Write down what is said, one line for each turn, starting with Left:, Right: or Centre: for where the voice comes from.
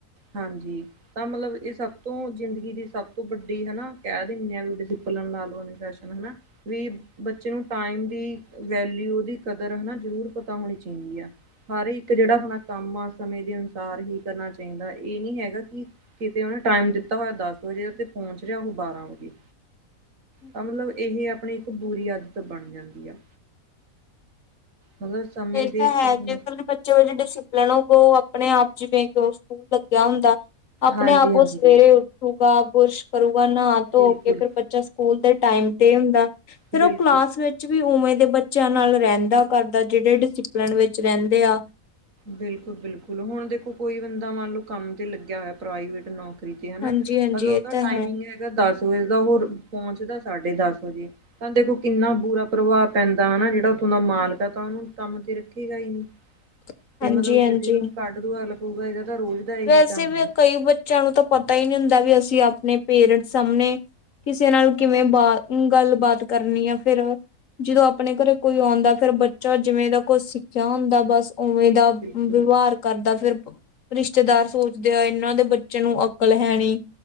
Right: ਹਾਂਜੀ। ਤਾਂ ਮਤਲਬ ਇਹ ਸਭ ਤੋਂ ਜ਼ਿੰਦਗੀ ਦੀ ਸਭ ਤੋਂ ਵੱਡੀ ਹਨਾ ਕਹਿ ਦਿੰਦੇ ਹ <unintelligible> ਹਨਾ ਵੀ ਬੱਚੇ ਨੂੰ ਟਾਈਮ ਦੀ ਵੈਲਿਊ ਦੀ ਕਦਰ ਹਨਾ ਜ਼ਰੂਰ ਪਤਾ ਹੋਣੀ ਚਾਹੀਦੀ ਹੈ। ਹਰ ਇੱਕ ਜਿਹੜਾ ਆਪਣਾ ਕੰਮਾਂ ਸਮੇਂ ਦੇ ਅਨੁਸਾਰ ਹੀ ਕਰਨਾ ਚ ਕਹਿੰਦਾ ਇਹ ਨੀ ਹੈਗਾ ਕਿ ਕਿਤੇ ਉਹਨੇ ਟਾਈਮ ਦਿੱਤਾ ਹੋਇਆ ਦਸ ਵਜੇ ਤੇ ਪਹੁੰਚ ਰਿਹਾ ਉਹ ਬਾਰਾਂ ਵਜੇ।
Left: <unintelligible>
Right: ਤਾਂ ਮਤਲਬ ਇਹ ਆਪਣੀ ਇੱਕ ਬੁਰੀ, ਆਦਤ ਬਣ ਜਾਂਦੀ ਆ। ਮਤਲਬ ਸਮੇਂ
Left: ਇਹ
Right: ਦੇ
Left: ਤਾਂ
Right: ਹਿਸਾਬ
Left: ਹੈ ਜੇਕਰ
Right: ਨਾਲ
Left: ਬੱਚੇ ਵਿੱਚ ਡਿਸਿਪਲਿਨ ਹੋ, ਉਹ ਆਪਣੇ ਆਪ ਜਿਵੇਂ ਕਿ ਉਹ ਸਕੂਲ ਲੱਗਿਆ ਹੁੰਦਾ ਹੈ। ਆਪਣੇ
Right: ਹਾਂਜੀ
Left: ਆਪ
Right: ਹਾਂਜੀ
Left: ਉਹ ਸਵੇਰੇ ਉੱਠ ਰੂਗਾ ਬੁਰਸ਼ ਕਰੂਗਾ ਨਹਾ ਧੋ
Right: ਬਿਲਕੁਲ
Left: ਕੇ, ਫਿਰ ਬੱਚਾ ਸਕੂਲ ਦੇ ਟਾਈਮ ਤੇ ਹੁੰਦਾ‌ ਫਿਰ
Right: ਬਿਲਕੁਲ
Left: ਉਹ ਕਲਾਸ ਵਿੱਚ ਵੀ ਉਵੇਂ ਦੇ, ਬੱਚਿਆਂ ਨਾਲ ਰਹਿੰਦਾ ਕਰਦਾ ਜਿਹੜੇ ਡਿਸਿਪਲਿਨ ਵਿੱਚ ਰਹਿੰਦੇ ਆ
Right: ਬਿਲਕੁਲ-ਬਿਲਕੁਲ। ਹੁਣ ਦੇਖੋ ਕੋਈ ਬੰਦਾ ਮੰਨ ਲਓ ਕੰਮ ਤੇ ਲੱਗਿਆ ਹੋਇਆ, ਪ੍ਰਾਈਵੇਟ ਨੌਕਰੀ ਨੋਕਰੀ ਤੇ ਹਨਾ,
Left: ਹਾਂਜੀ ਹਾਂਜੀ
Right: ਮਤਲਬਦਾ
Left: ਇਹ ਤਾਂ
Right: ਟਾਈਮਿੰਗ
Left: ਹੈ
Right: ਹੈਗਾ, ਦਸ ਵਜੇ ਦਾ ਹੋਰ ਪਹੁੰਚਦਾ ਸਾਡੇ ਦਸ ਵਜੇ। ਤਾਂ ਦੇਖੋ ਕਿੰਨਾ ਬੁਰਾ ਪ੍ਰਭਾਵ ਪੈਂਦਾ ਹਨਾ, ਜਿਹੜਾ ਉੱਥੋਂ ਦਾ ਮਾਲਕ ਆ ਤਾਂ ਉਹਨੂੰ ਕੰਮ ਤੇ ਰੱਖੇਗਾ ਹੀ ਨਹੀਂ।
Left: <unintelligible>
Right: ਤੇ ਮਤਲਬ
Left: ਹਾਂਜੀ
Right: ਜਦ ਕੱਢ ਦੂ ਅਗ ਲੱਗੂਗਾ, ਇਹਦਾ ਤਾਂ ਰੋਜ਼ ਦਾ ਇਹੀ
Left: ਵੈਸੇ
Right: ਕੰਮ
Left: ਵੀ
Right: ਹੈ
Left: ਕਈ ਬੱਚਿਆਂ ਨੂੰ ਤਾਂ ਪਤਾ ਹੀ ਨਹੀਂ ਹੁੰਦਾ, ਵੀ ਅਸੀਂ ਆਪਣੇ ਪੇਰੈਂਟਸ ਸਾਹਮਣੇ ਕਿਸੇ ਨਾਲ ਕਿਵੇਂ ਬਾ ਗੱਲਬਾਤ ਕਰਨੀ ਆ ਫੇਰ ਜਦੋਂ ਆਪਣੇ ਘਰੇ ਕੋਈ ਆਉਂਦਾ, ਫੇਰ ਬੱਚਾ ਜਿਵੇਂ ਦਾ ਕੋਛ ਸਿੱਖਿਆ ਹੁੰਦਾ ਬਸ ਉਵੇਂ ਦਾ ਵਿਵਹਾਰ
Right: ਬਿਲਕੁਲ
Left: ਕਰਦਾ ਫੇਰ ਰਿਸ਼ਤੇਦਾਰ ਸੋਚਦੇ ਆ, ਇਹਨਾਂ ਦੇ ਬੱਚੇ ਨੂੰ ਅਕਲ ਹੈਨੀ।